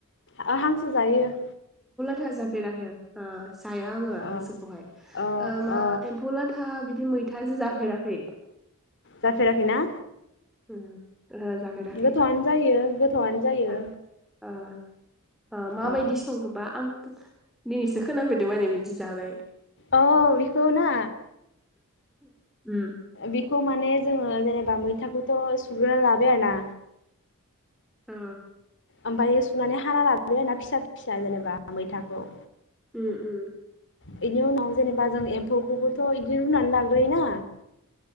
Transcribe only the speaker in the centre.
था जाफेराखै आं। जाया आङो
हांसोखौहाय
ओ मा
एम्फौ लाथा बिदि मै थाजों जाफेराखै।
उम ओहो जाफेराखै
ओ माबायदि
संगौबा आं दिनैसो खोनाफेरदों माने बिदि जानाय।
उम
ओ
उम उम